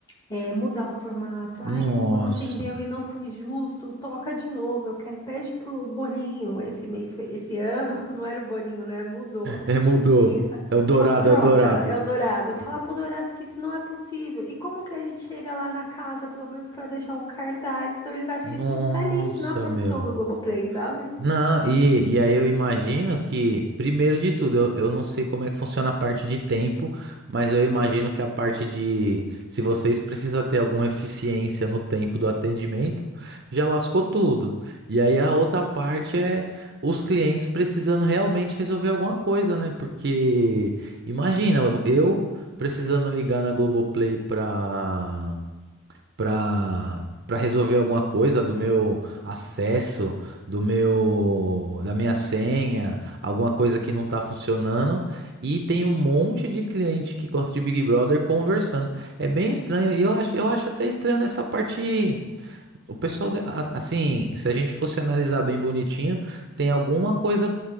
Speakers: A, on the left (about 15°); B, on the right (about 50°).
A: é, mudar o formato. Ai,
B: Nossa.
A: que fulano atendeu e não foi justo, toca de novo, eu quero. Pede pro bolinho, esse mês, foi- esse ano, <laughs> não era o bolinho, né? Mudou.
B: É, mudou.
A: E ele fala,
B: É o dourado,
A: fala, troca,
B: é o dourado.
A: é o Dourado. Fala pro Dourado que isso não é possível. E como que a gente chega lá na casa, pelo menos pra deixar um cartaz? Então eles acham
B: Nossa,
A: que a gente tá ali na produção
B: meu.
A: do Globoplay, sabe?
B: Não, e, e aí eu imagino que, primeiro de tudo, eu, eu não sei como é que funciona a parte de tempo, mas eu imagino que a parte de, se vocês precisam ter alguma eficiência no tempo do atendimento, já lascou tudo. E aí a outra parte é os clientes precisando realmente resolver alguma coisa, né? Porque, imagina, eu eu precisando ligar na Globoplay para para para resolver alguma coisa do meu acesso, do meu da minha senha, alguma coisa que não tá funcionando, e tem um monte de cliente que gosta de Big Brother conversando. É bem estranho, e eu acho, eu acho até estranho nessa parte. O pessoal, da- a- assim, se a gente fosse analisar bem bonitinho, tem alguma coisa